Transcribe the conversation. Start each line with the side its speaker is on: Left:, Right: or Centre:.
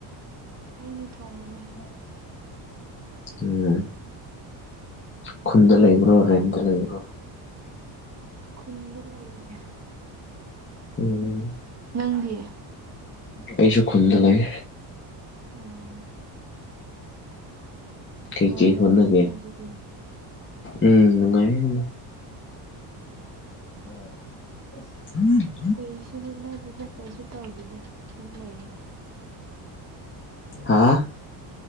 Right: ꯑꯩꯅ ꯊꯣꯡꯕ
Left: <unintelligible> ꯎꯝ ꯈꯨꯟꯗ ꯂꯩꯕ꯭ꯔꯣ ꯔꯦꯟꯗ ꯂꯩꯕ꯭ꯔꯣ
Right: ꯈꯨꯟꯗ ꯂꯩꯌꯦ
Left: ꯎꯝ
Right: ꯅꯪꯗꯤ
Left: ꯑꯩꯁꯨ ꯈꯨꯟꯗ ꯂꯩ
Right: ꯑꯣ
Left: ꯀꯩ
Right: ꯅꯨꯡꯉꯥꯏꯔꯝꯒꯅꯤꯅꯦ
Left: ꯀꯩ ꯍꯣꯠꯅꯒꯦ
Right: ꯑꯗꯨꯗꯤ
Left: ꯎꯝ ꯅꯨꯡꯉꯥꯏ ꯑꯗꯣ UNINTELLIGIBLE UNINTELLIGIBLE
Right: ꯀꯩꯁꯨ ꯍꯠꯅꯗꯦꯗ ꯀꯩꯁꯨ ꯇꯧꯗꯦꯗ ꯑꯗꯨꯝ ꯂꯩꯌꯦ
Left: ꯍꯥꯥ